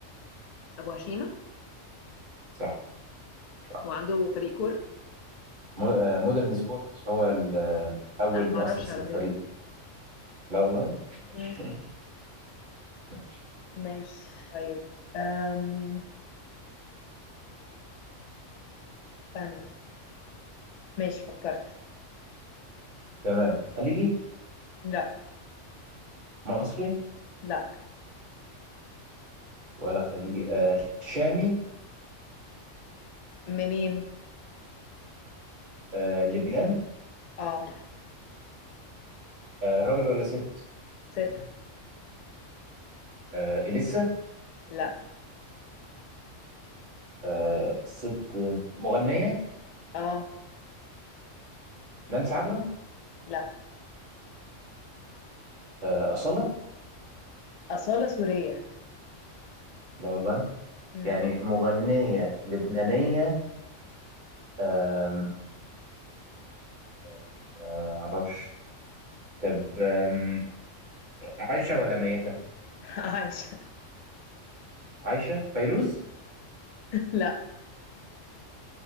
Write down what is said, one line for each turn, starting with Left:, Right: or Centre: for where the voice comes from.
Left: ابو هشيمه
Right: صح صح
Left: هو عنده فريق كوره
Right: مو- آه، مودرن سبورت هو ال- آه، اول
Left: انا ما
Right: مؤسس
Left: اعرفش على
Right: للفريق
Left: فكره
Right: لا والله ماشي
Left: مم.
Right: <laughs> ماشي
Left: ماشي طيب أم... استنى ماشي فكرت
Right: تمام خليجي
Left: لا
Right: مصري
Left: لا
Right: ولا خليجي آه شامي
Left: منين
Right: آه لبنان
Left: اه
Right: آه راجل ولا ست
Left: ست
Right: آه إليسا
Left: لا
Right: آه ست مغنية
Left: اه
Right: نانسي عجرم
Left: لا
Right: آه أصالة
Left: أصالة سورية
Right: لا والله
Left: مم.
Right: يعني مغنية لبنانية آم، يعني ما أعرفش طب آم، عايشة ولا ميتة
Left: <laughs> عايشة
Right: عايشة فيروز
Left: لا